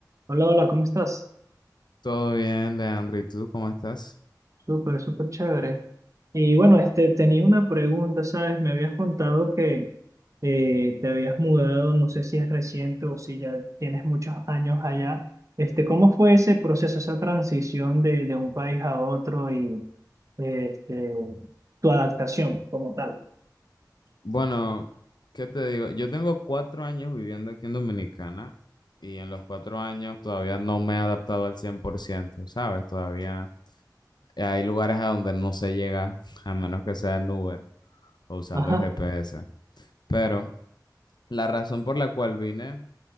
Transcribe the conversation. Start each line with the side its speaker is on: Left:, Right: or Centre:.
Right: Hola, hola, ¿cómo estás?
Left: Todo bien, Leandro. ¿Y tú cómo estás?
Right: Súper, súper chévere. Y bueno, este, tenía una pregunta, ¿sabes? Me habías contado que eh, te habías mudado, no sé si es reciente o si ya tienes muchos años allá. Este, ¿cómo fue ese proceso, esa transición de, de un país a otro y este, tu adaptación como tal?
Left: Bueno, ¿qué te digo? Yo tengo cuatro años viviendo aquí en Dominicana y en los cuatro años todavía no me he adaptado al 100%, ¿sabes? Todavía hay lugares a donde no se llega a menos que sea en Uber o usando
Right: Ajá,
Left: el GPS. Pero la razón por la cual vine